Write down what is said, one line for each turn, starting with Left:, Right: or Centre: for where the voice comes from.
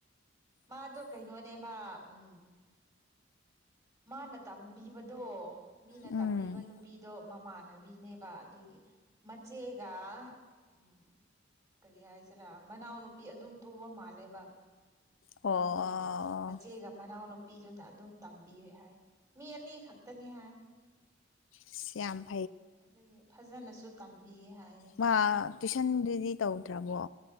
Right: ꯃꯥꯗꯣ ꯀꯩꯅꯣꯅꯦꯕ ꯎꯝ ꯃꯥꯅ ꯇꯝꯕꯤꯕꯗꯣ ꯃꯤꯅ
Left: ꯎꯝ
Right: ꯇꯝꯕꯤꯕ ꯅꯨꯄꯤꯗꯣ ꯃꯃꯥꯟꯅꯕꯤꯅꯦꯕ ꯑꯗꯨꯒꯤ ꯃꯆꯦꯒ ꯎ ꯎꯝ ꯀꯔꯤ ꯍꯥꯏꯁꯤꯔꯥ ꯃꯅꯥꯎꯅꯨꯄꯤ ꯑꯗꯨꯝ ꯇꯨꯕ ꯃꯥꯜꯂꯦꯕ
Left: ꯑꯣ
Right: ꯑꯗꯨꯒꯤ
Left: ꯑꯣ
Right: ꯃꯆꯦꯒ ꯃꯅꯥꯎꯅꯨꯄꯤꯗꯨꯅ ꯑꯗꯨꯝ ꯇꯝꯕꯤꯔꯦ ꯍꯥꯏ ꯃꯤ ꯑꯅꯤ ꯈꯛꯇꯅꯤ ꯍꯥꯏ
Left: ꯁ꯭ꯌꯥꯝ
Right: ꯑꯗꯨꯒꯤ ꯐꯖꯅꯁꯨ ꯇꯝꯕꯤꯌꯦ ꯍꯥꯏꯌꯦ
Left: ꯃꯥ ꯇꯨꯏꯁꯟꯗꯨꯗꯤ ꯇꯧꯗ꯭ꯔꯕꯣ